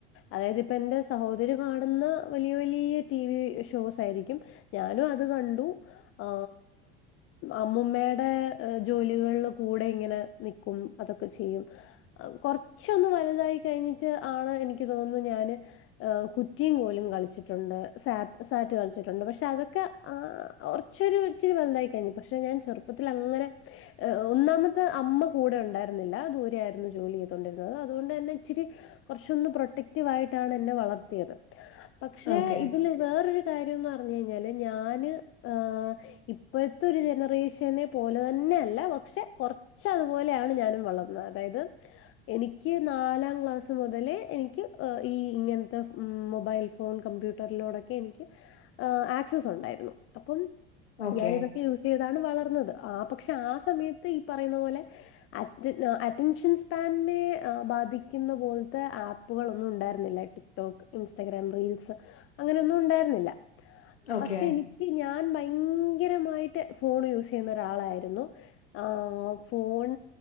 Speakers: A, on the left (about 45°); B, on the left (about 85°).
A: അതായത് ഇപ്പ എന്റെ സഹോദരി കാണുന്ന വലിയ വലിയ ടി വി ഷോസ് ആയിരിക്കും, ഞാനും അത് കണ്ടു, ആ അമ്മൂമ്മേടെ ജോലികളിൽ കൂടെ ഇങ്ങനെ നിക്കും അതൊക്കെ ചെയ്യും കൊറച്ചൊന്ന് വലുതായി കഴിഞ്ഞിട്ട് ആണ് എനിക്ക് തോന്നുന്നു ഞാന് കുറ്റിയും കോലും കളിച്ചിട്ടുണ്ട് സാറ്റ് സാറ്റ് കളിച്ചിട്ടുണ്ട് പക്ഷെ പക്ഷെ അതൊക്കെ ആ കൊറച്ചൊരു ഇച്ചിരി വലുതായി കഴിഞ്ഞ് പക്ഷെ ഞാൻ ചെറുപ്പത്തിൽ അങ്ങനെ, ഒന്നാമത് അമ്മ കൂടെ ഒണ്ടായിരുന്നില്ല, ദൂരെ ആയിരുന്നു ജോലി ചെയ്തൊണ്ടിരുന്നത് അതുകൊണ്ട്ന്നെ ഇച്ചിരി കുറച്ചൊന്ന് പ്രൊട്ടക്റ്റീവായിട്ടാണ് എന്നെ വളർത്തിയത്. പക്ഷെ
B: ഓക്കെ
A: ഇതില് വേറൊരു തരും ന്ന് പറ പറഞ്ഞ് കഴിഞ്ഞാൽ ഞാൻ ഏ ഇപ്പോഴത്തെ ഒരു ജനറേഷനെ പോലെ തന്നെ അല്ല പക്ഷെ കൊറച്ച് അതുപോലെയാണ് ഞാനും വളർന്നത് അതായത് എനിക്ക് നാലാം ക്ലാസ് മുതലേ എനിക്ക് ഈ ഇങ്ങൻത്തെ മൊബൈൽ ഫോൺ കമ്പ്യൂട്ടറിലൂടൊക്കെ എനിക്ക് ഏ ആക്സസ് ഒണ്ടായിരുന്നു അപ്പം
B: ഓക്കെ
A: ഞാൻ ഇതൊക്കെ യൂസ് ചെയ് ഇതാണ് വളർന്നത് ആ പക്ഷെ ആ സമയത്ത് ഈ പറയുന്ന പോലെ അറ്റ അറ്റൻഷൻ സ്പാനിനെ ബാധിക്കുന്ന പോൽത്തെ ആപ്പുകളൊന്നും ഉണ്ടായിരുന്നില്ല ടിക്ടോക്ക് ഇൻസ്റ്റഗ്രാം റീൽസ് അങ്ങനെയൊന്നും ഉണ്ടായിരുന്നില്ല
B: ഓക്കെ
A: പക്ഷെ എനിക്ക് ഞാൻ ഭയങ്കരമായിട്ട് ഫോൺ യൂസ് ചെയ്യുന്ന ഒരാളായിരുന്നു ആ ഫോൺ